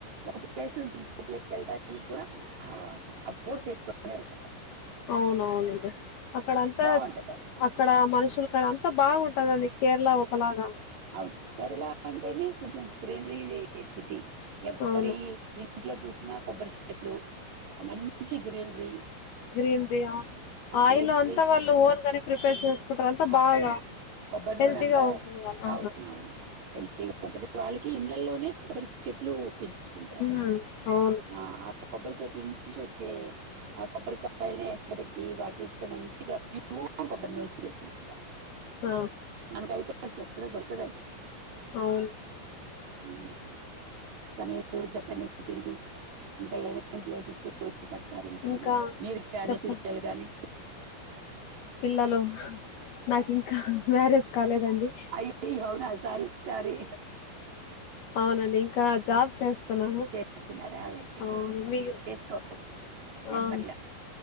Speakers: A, on the right; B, on the left.
A: ఒక ప్లేస్ నుంచి ఇంకొ ప్లేస్ కెళ్ళడానికి కూడా ఆ.... ఆ బోర్డ్స్ ఏసుకునే వెల్
B: అవునవునండి అక్కడంతా
A: బాగుంటది అది కూడా
B: అక్కడ మనుషులు కాని అంత బాగుంటాదండి కేరళ ఒకలాగ
A: అవును కేరళ అంటేనే కొంచం గ్రీనరీ సిటీ ఎవ్వరీ
B: అవును
A: ఇ ఇంట్లో చూసిన కొబ్బరి చెట్లు మంచి greenery
B: greenery oil
A: greenery
B: అంతా వాళ్ళు ఓన్ గానే ప్రిపేర్ చేసుకుంటరు అంతా
A: అవును
B: బాగా
A: కొబ్బరి నూనంతా
B: హెల్తీగా ఉంటుంది వాళ్ళ అవును
A: అవునవును హెల్తీగా ఉంటది వాళ్ళకి ఇండ్లలోనే కొబ్బరి చెట్లు పెన్ చుకుంటారండి
B: ఉమ్ అవును
A: ఆ కొబ్బరి చెట్లు నుంచి వచ్చే ఆ కొబ్బరికాయల్ని ఎండబెట్టి వాటిల్తో మంచిగా ప్యూ ప్యూర్ కొబ్బరి నూనె చేసుకుంటారు
B: హ
A: మాకైతే అసలు ఎక్కడ దరకదండి
B: అవును
A: హ్మ్ ఇంక మీరు చెప్పండి ఇంకేంటి ఇంకా ఏమేమి ప్లేసెస్ ఇష్టపడ్ తారు మీరు
B: ఇంకా
A: మీరు కానీ
B: చెప్పు
A: పిల్లలు కానీ
B: పిల్లలు నాకింకా మ్యారేజ్ కాలేదండి
A: అయ్యయ్యో అవునా సారి సారి
B: అవునండి ఇంకా జాబ్ చేస్తున్నాను
A: చేస్తున్నారా వెరీ
B: అవును
A: గుడ్ వెరీ
B: మీరు
A: గుడ్ చేసుకోవచ్చు నెమ్మదిగా
B: ఆ